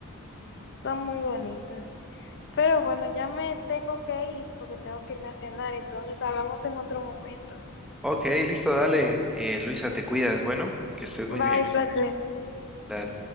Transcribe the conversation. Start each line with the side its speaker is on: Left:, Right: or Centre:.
Left: son muy bonitas. Pero bueno, ya me tengo que ir porque tengo que irme a cenar, entonces hablamos en otro momento.
Centre: Ok, listo, dale. Eh, Luisa, te cuidas. Bueno, que estés muy
Left: Bye,
Centre: bien.
Left: placer.
Centre: Dale.